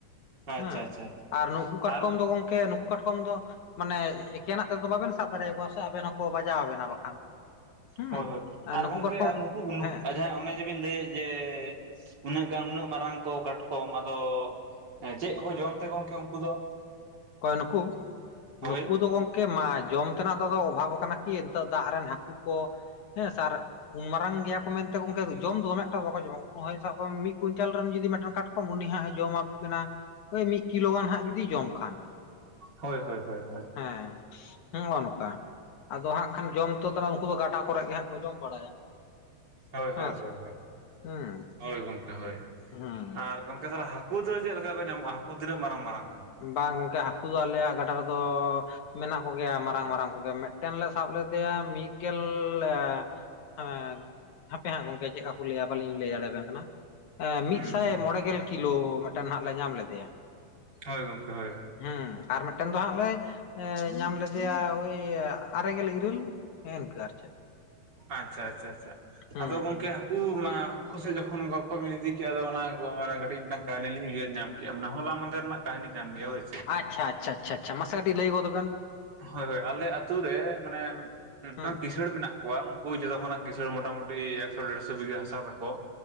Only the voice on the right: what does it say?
ᱟᱪᱪᱷᱟ
ᱟᱪᱪᱷᱟ
ᱟᱨ
ᱦᱳᱭ ᱦᱳᱭ ᱟᱨ
ᱜᱚᱝᱠᱮ
ᱱᱩᱠᱩ ᱜᱩ
ᱠᱩ ᱡᱟᱦᱟᱸᱭᱟᱜ ᱚᱱᱮ ᱡᱮᱵᱤᱱ ᱞᱟᱹᱭᱮᱫ ᱡᱮ ᱩᱱᱟᱹᱜ ᱜᱟᱱ ᱩᱱᱟᱹᱜ ᱢᱟᱨᱟᱝ ᱠᱚ ᱠᱟᱴᱠᱚᱢ ᱟᱫᱚ ᱦᱮᱸ ᱪᱮᱫ ᱠᱚᱠᱚ ᱡᱚᱢ ᱛᱮ ᱠᱚ ᱜᱚᱝᱠᱮ ᱩᱱᱠᱩ ᱫᱚ
ᱦᱳᱭ
ᱦᱳᱭ ᱦᱳᱭ ᱦᱳᱭ ᱦᱳᱭ
ᱦᱳᱭ
ᱦᱳᱭ
ᱦᱳᱭ ᱜᱚᱝᱠᱮ ᱦᱳᱭ
ᱟᱨ ᱜᱚᱝᱠᱮ ᱛᱟᱦᱚᱞᱮ ᱦᱟᱹ ᱠᱩ ᱫᱚ ᱪᱮᱫ ᱞᱮᱠᱟ ᱠᱚ ᱧᱟᱢᱚᱜ ᱦᱟᱹᱠᱩ ᱛᱤᱱᱟᱹᱜ ᱢᱟᱨᱟᱝ ᱢᱟᱨᱟᱝ ᱠᱚ
ᱦᱩᱸ
ᱦᱳᱭ ᱜᱚᱝᱠᱮ ᱦᱳᱭ
ᱟᱪᱪᱷᱟ ᱟᱪᱪᱷᱟ ᱟᱪᱪᱷᱟ
ᱟᱫᱚ ᱜᱚᱝᱠᱮ
ᱩ ᱢᱟ ᱟᱠ ᱥᱮᱫ ᱡᱚᱠᱷᱚᱱ ᱜᱚᱞᱯᱚ ᱵᱤᱱ ᱤᱫᱤ ᱠᱮᱫ ᱟᱫᱚ ᱚᱱᱟ ᱠᱟᱹᱴᱤᱡ ᱢᱤᱫᱴᱟᱝ ᱠᱟᱹᱦᱱᱤ ᱞᱤᱧ ᱩᱭᱦᱟᱹᱨ ᱧᱟᱢ ᱢᱱᱮ ᱦᱚᱞᱟ ᱢᱟᱫᱷᱮᱨ ᱨᱮᱱᱟᱜ ᱠᱟᱹᱦᱱᱤ ᱠᱟᱱ ᱜᱮᱭᱟ ᱦᱩᱭ
ᱦᱳᱭ ᱦᱳᱭ ᱟᱞᱮ ᱟᱛᱳ ᱨᱮ ᱢᱟᱱᱮ ᱢᱮᱫᱴᱟᱝ
ᱠᱤᱥᱟᱹᱬ ᱢᱮᱱᱟᱜ ᱠᱚᱣᱟ ᱩᱱᱠᱩ ᱡᱚᱛᱚ ᱠᱷᱚᱱᱟᱜ ᱠᱤᱥᱟᱹᱬ ᱢᱚᱴᱟᱢᱩᱴᱤ ᱮᱠᱥᱚ ᱰᱮᱲᱥᱚ ᱵᱤᱜᱷᱟᱹ ᱦᱟᱥᱟ ᱛᱟᱠᱚ